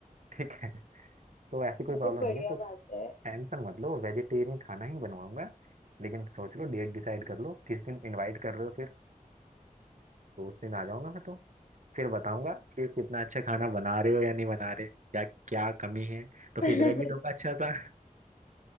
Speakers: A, on the right; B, on the left.
A: ठीक है <laughs> तो ऐसी कोई
B: चलो
A: प्रॉब्लम
B: बढ़िया
A: नहीं है तो
B: बात है
A: टेंशन मत लो वेजिटेरियन खाना ही बनवाऊंगा लेकिन सोच लो डेट डिसाइड कर लो किस दिन इनवाइट कर रहे हो फिर तो उस दिन आ जाऊंगा मैं तो फिर बताऊंगा कि कितना अच्छा खाना बना रहे हो या नहीं बना रहे क्या क्या कमी है तो
B: <laughs>
A: फीडबैक भी दूंगा अच्छा सा